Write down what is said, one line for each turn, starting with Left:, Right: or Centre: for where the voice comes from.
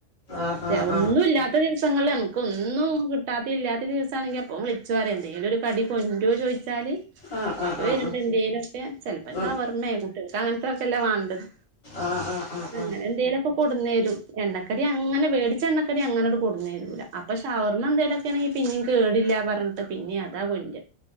Left: ആഹ് ആഹ്
Right: ഒന്നുല്ല ദിവസങ്ങള് നമുൊന്നും കിട്ടാത്തി ഇല്ലാത്ത ദിവസ ആണെങ്കിൽ അപ്പ ച്ചു പറിഎന്തേങ്കലും ഒരു കടി കൊണ്ടരോ ചോദിച്ചാല്
Left: ആഹ് ആഹ്
Right: അപ്പൊ
Left: ആഹ് ആഹ്
Right: വരുമ്പോ
Left: ആഹ്
Right: എന്തേലുംക്കെ ചെലപ്പോ
Left: ഉം
Right: ശവർമ്മയ കുട്ടികൾക്ക് അങ്ങനത്തെൊക്കെല്ല വേണ്ടത്
Left: ആഹ് ആഹ് ആഹ് ആഹ്
Right: അങ്ങനെ എന്തേങ്കലുംക്കെ കൊടുന്നേരും എണ്ണക്കടി അങ്ങനെ വേടിച്ച എണ്ണക്കടി അങ്ങനെ കൊടന്ന തരൂല അപ്പൊ ഷവർമ്മ എന്തേലൊക്കെയ ആണെങ്കിൽ പിന്നും കേടില്ല പറഞ്ഞിട്ട് പിന്നെ അതാ കൊണ്ടര